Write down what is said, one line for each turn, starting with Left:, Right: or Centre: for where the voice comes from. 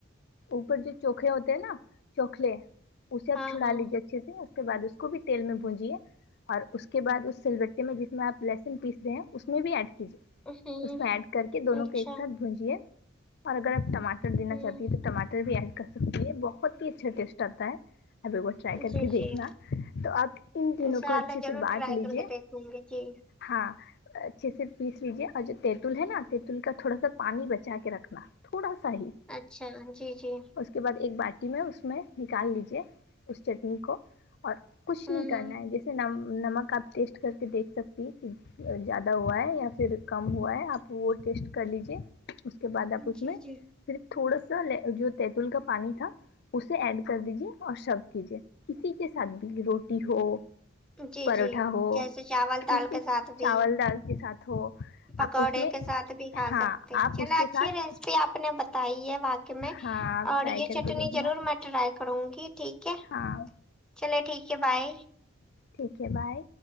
Left: اوپر جو چوکھلے ہوتے ہیں نا چوکھلے اسے اپ
Centre: ہاں
Left: چھڑا
Centre: ہاں
Left: لیجیے اچھے سے اس کے بعد اس کو بھی تیل میں بونجیے اور اس کے بعد اس سل بٹے میں جس میں آپ لہسن پیستے ہیں اس میں بھی ایڈ کیجیے
Centre: ہوں
Left: اس میں ایڈ کر کے دونوں
Centre: اچھا
Left: کو ایک ساتھ بھونجیے اور اگر آپ ٹماٹر دینا
Centre: ہوں
Left: چاہتی ہیں تو ٹماٹر بھی ایڈ کر س بہت ہی اچھا ٹیسٹ آتا ہے ابھی وہ کو ٹرائی کر
Centre: جی
Left: کے دیکھنا
Centre: جی
Left: تو آپ ان تینوں
Centre: انشاء
Left: کو اچھے
Centre: اللہ ضرور
Left: سے بانٹ
Centre: ٹرائی
Left: لیجیے
Centre: کر کے دیکھوں گی جی
Left: ہاں اچھے سے پیس لیجیے اور جو تیتل ہے نا تینتل کا تھوڑا سا پانی بچا کے رکھنا تھوڑا سا ہی
Centre: اچھا جی جی
Left: اس کے بعد ایک باٹی میں اس میں نکال لیجے اس چٹنی کو اور کچھ
Centre: ہوں
Left: نہیں کرنا ہے جس نم نمک آپ ٹیسٹ کر کے دیکھ سکتی کہ زیادہ ہوا ہے یا پھر کم ہوا ہے آپ وہ ٹیسٹ کر لیجے اس کے بعد آپ اس
Centre: جی
Left: میں
Centre: جی
Left: پھر تھوڑا سا جو تتول کا پانی تھا اسے ایڈ کر دیجیے اور شب کیجے کسی کے ساتھ بھی روٹی ہو
Centre: جی
Left: پروٹھا
Centre: جی
Left: ہو
Centre: جیسے چاول دال
Left: کسی
Centre: کے ساتھ بھی
Left: چاول دال کے ساتھ ہو
Centre: پکوڑے
Left: آپ اس میں
Centre: کے ساتھ بھی کھا
Left: ہاں
Centre: سکتے
Left: آپ
Centre: چلو
Left: اس کے
Centre: اچھی
Left: ساتھ
Centre: ریسیپی آپ نے بتائی ہے با میں
Left: ہاں آپ
Centre: اور
Left: ٹرائی
Centre: یہ
Left: کر
Centre: چٹنی
Left: کے دیکھنا
Centre: ضرور میں ٹرائی کڑوں گی ٹھیک ہے
Left: ہاں
Centre: چلے ٹھیک ہے بائے
Left: ٹھیک ہے بائے